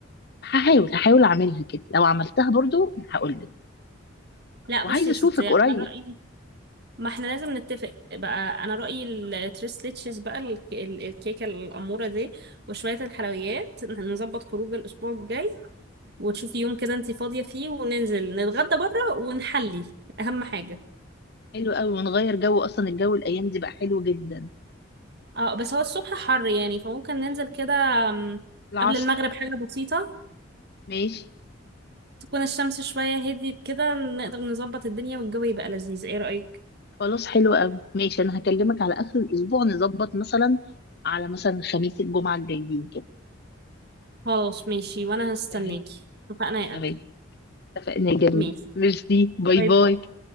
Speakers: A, on the left; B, on the right.
A: هحاول هحاول اعملها كده لو عملتها برضو هقول لك
B: لا
A: وعايزة
B: بصي يا
A: اشوفك
B: ستي انا
A: قريب
B: رأيي ما احنا لازم نتفق بقى انا رأيي التريس ليتشز بقى ال- ال- الكيكة الأمورة دي وشوية الحلويات نظبط خروج الأسبوع الجاي وتشوفي يوم كده انتي فاضية فيه وننزل نتغدى بره ونحلي أهم حاجة
A: حلو قوي ونغير جو اصلا الجو الايام دي بقى حلو جدا
B: اه بس هو الصبح حر يعني فممكن ننزل كده أم،
A: العصر
B: قبل المغرب حاجة بسيطة
A: ماشي
B: تكون الشمس شوية هديت كده نقدر نظبط الدنيا والجو يبقى لذيذ ايه رأيك؟
A: خلاص حلو قوي ماشي انا هكلمك على اخر الاسبوع نظبط مثلا على مثلا خميس الجمعة الجايين كده
B: خلاص ماشي وانا هستناكي
A: تمام
B: اتفقنا يا
A: تمام
B: قلبي
A: اتفقنا يا جميل
B: ماشي
A: ميرسي باي
B: باي
A: باي
B: باي